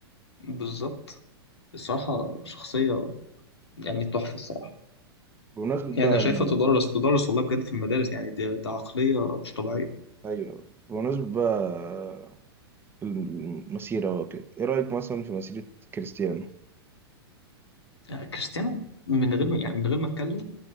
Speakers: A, on the left; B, on the right.
A: بالظبط الصراحة شخصية يعني تحفة الصراحة
B: بمناسبة
A: يعني
B: بقى
A: أنا شايفها
B: ال...
A: تدرس تدرس والله بجد في المدارس يعني ده, ده عقلية مش طبيعية
B: ايوه بمناسبة بقى المسيرة وكده ايه رأيك مثلا في مسيرة كريستيانو
A: يعني كريستيانو من غير ما يعني من غير ما أتكلم